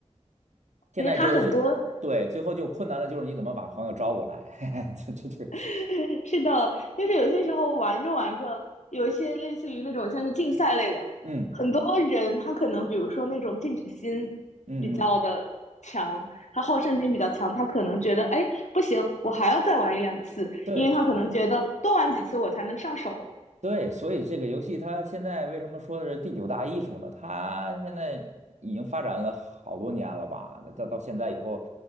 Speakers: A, on the right (about 80°); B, on the left (about 80°).
A: 现在就是最，
B: 因为它很多
A: 对，最后就困难的就是你怎么把朋友招过来，<laughs> 这这这，
B: <laughs> 是的，但是有些时候玩着玩着，有一些类似于那种像是竞赛类的，
A: 嗯
B: 很多人他可能比如说那种进取心比较的强，
A: 嗯嗯，
B: 他好胜心比较强，他可能觉得哎不行，我还要再玩一两次，
A: 对
B: 因为他可能觉得多玩几次我才能上手，
A: 对，所以这个游戏它现在为什么说的是第九大艺术呢？它现在已经发展了好多年了吧？到到现在以后，